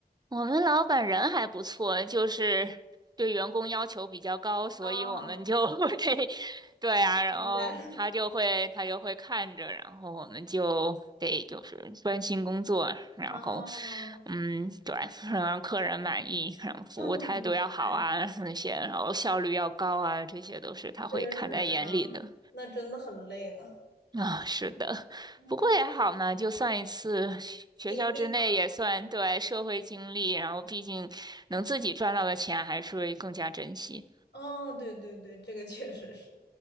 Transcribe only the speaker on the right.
我们老板人还不错，就是对员工要求比较高，所以我们就
<laughs> 得，对啊，然后他就会他就会看着，
然后我们就得就是专心工作，然后
嗯，对，让客人满意，然后服务态度要好啊，
那些，然后效率要高啊，这些都是他会看在眼里的。
啊、是的，
不过也好嘛，就算一次学学校之内也算对社会经历，
然后毕竟能自己赚到的钱还是会更加珍惜。